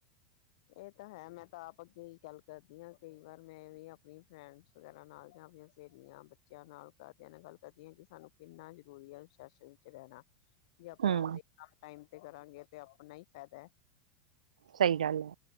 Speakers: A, on the left; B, on the right.
A: ਇਹ ਤਾਂ ਹੈ ਮੈਂ ਤਾਂ ਆਪ ਅੱਗੇ ਈ ਗੱਲ ਕਰਦੀ ਆਂ ਕਈ ਵਾਰ ਮੈਂ ਵੀ ਆਪਣੀ ਫਰੈਂਡਸ ਵਗੈਰਾ ਨਾਲ ਜਾਂ ਆਪਣੀਆਂ ਸਹੇਲੀਆਂ, ਬੱਚਿਆਂ ਨਾਲ, ਘਾਰਦਿਆਂ ਨਾਲ ਗੱਲ ਕਰਦੀ ਆਂ ਕਿ ਸਾਨੂੰ ਕਿੰਨਾ ਜ਼ਰੂਰੀ ਐ ਅਨੁਸ਼ਾਸਨ ਚ ਰਹਿਣਾ। ਜੇ ਆਪਾਂ
B: ਹਮ
A: ਹਰੇ <inaudible> ਟਾਈਮ ਕਰਾਂਗੇ ਤੇ ਆਪਣਾ ਈ ਫੈਦਾ ਐ।
B: ਸਈ ਗੱਲ ਐ।